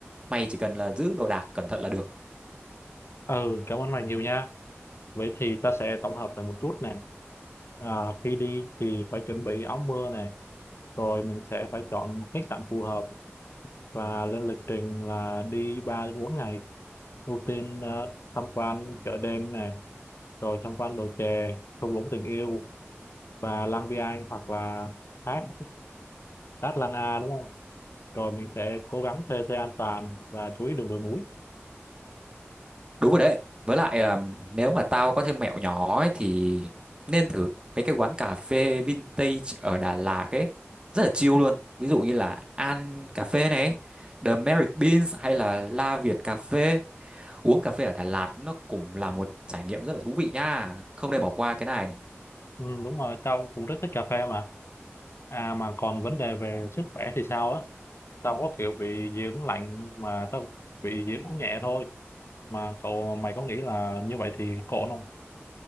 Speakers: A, on the right (about 20°); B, on the left (about 65°).
A: Mày chỉ cần là giữ đồ đạc cẩn thận là được.
B: Ừ, cảm ơn mày nhiều nha. Vậy thì ta sẽ tổng hợp lại một chút nè. À, khi đi thì phải chuẩn bị áo mưa nè, rồi mình sẽ phải chọn khách sạn phù hợp và lên lịch trình là đi 3 đến 4 ngày. Ưu tiên ờ, tham quan chợ đêm nè, rồi tham quan đồi chè thung lũng tình yêu và Lang Biang hoặc là thác Đát Lan A đúng không rồi mình sẽ cố gắng thuê xe an toàn và chú ý đường đồi núi
A: Đúng rồi đấy. Với lại à, nếu mà tao có thêm mẹo nhỏ ấy thì nên thử mấy cái quán cà phê vintage ở Đà Lạt ấy. Rất là chill luôn. Ví dụ như là An Cà Phê này, The Merrick Beans hay là La Việt Cà Phê Uống cà phê ở Đà Lạt nó cũng là một trải nghiệm rất là thú vị nha. Không nên bỏ qua cái này.
B: ừ, đúng rồi tao cũng rất thích cà phê mà à mà còn vấn đề về sức khỏe thì sao á tao có kiểu bị dị ứng lạnh mà tao bị dị ứng nhẹ thôi mà cậu mày có nghĩ là như vậy thì ổn không